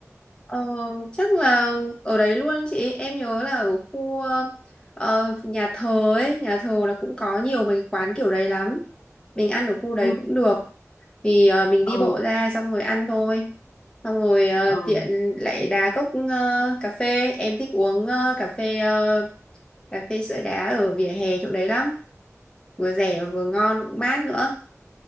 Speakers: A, on the left (about 15°); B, on the left (about 80°).
A: Ờ, chắc là ở đấy luôn chị, em nhớ là ở khu ờ, nhà thờ ấy, nhà thờ là cũng có nhiều mấy cái quán kiểu đấy lắm. mình ăn ở khu đấy
B: ừ
A: cũng được thì ờ, mình đi
B: ừ
A: bộ ra xong rồi ăn thôi xong rồi ờ,
B: ừ
A: tiện lại đá cốc ờ, cà phê em thích uống ờ, cà phê ờ, cà phê sữa đá ở vỉa hè chỗ đấy lắm vừa rẻ mà vừa ngon cũng mát nữa